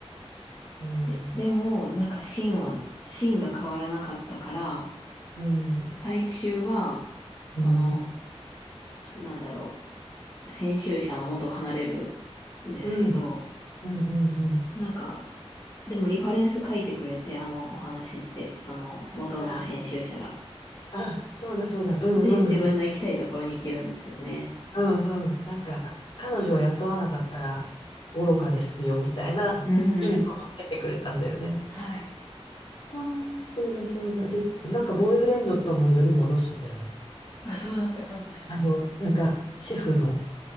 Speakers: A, on the left (about 50°); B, on the left (about 30°).
A: うん、
B: で、でも、
A: うん、
B: なんか芯は、芯が変わらなかったから、
A: うん、
B: 最終は、その、
A: うん、
B: なんだろう、編集者の元を離れるんですけど、
A: うん、うん、うん。
B: なんか、でもリファレンス書いてくれて、あのお話って、その元の編集者が。
A: あ、あ、そうだそうだ、うんうん
B: で、自分の行きたいところに行けるんですよね。
A: うんうん。なんか、彼女を雇わなかったら愚かですよ、みたいな、
B: うんうん。
A: いいこと言ってくれたんだよね。
B: はい。
A: あそうだそうだ。で、なんか、ボーイフレンドともより戻してたよね。
B: あ、そうだったと思います。
A: あの、なんか、シェフの